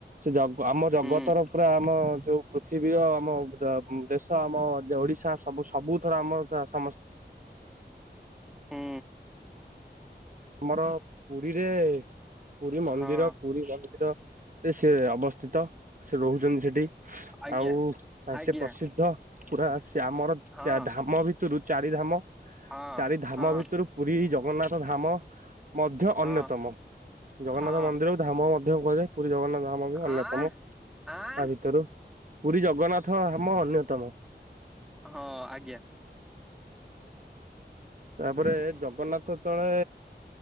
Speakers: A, on the right; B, in the centre.
A: ସେ ଜଗ ଆମ ଜଗତର
B: ହୁଁ
A: ପୁରା ଆମ ଯୋଉ ପୃଥିବୀର ଆମ ଦେଶ, ଆମ ଓଡ଼ିଶା ସବୁ ସବୁଥର ଆମର ସମ
B: ହୁଁ।
A: ଆମର ପୁରୀରେ ପୁରୀ ମନ୍ଦିର,
B: ହଁ
A: ପୁରୀ ମନ୍ଦିର ସେ ଅବସ୍ଥିତ, ସେ ରହୁଛନ୍ତି ସେଠି
B: ଆଜ୍ଞା
A: ଆଉ
B: ଆଜ୍ଞା
A: ସେ ପ୍ରସିଦ୍ଧ ପୁରା ସେ ଆମର
B: ହଁ
A: ଚା ଧାମ ଭିତୁରୁ ଚାରି ଧାମ,
B: ହଁ
A: ଚାରି ଧାମ
B: ହଁ
A: ଭିତୁରୁ ପୁରୀ ଜଗନ୍ନାଥ ଧାମ ମଧ୍ୟ ଅନ୍ୟତମ,
B: ହଁ
A: ଜଗନ୍ନାଥ
B: ହଁ
A: ମନ୍ଦିର ଧାମ ମଧ୍ୟ କୁହାଯାଏ, ପୁରୀ ଜଗନ୍ନାଥ ଧାମ ବି ଅନ୍ୟତମ
B: ଆଁ ଆଁ
A: ତା ଭିତରୁ। ପୁରୀ ଜଗନ୍ନାଥ ଧାମ ଅନ୍ୟତମ।
B: ହଁ ଆଜ୍ଞା।
A: ତାପରେ ଜଗନ୍ନାଥ ତଳେ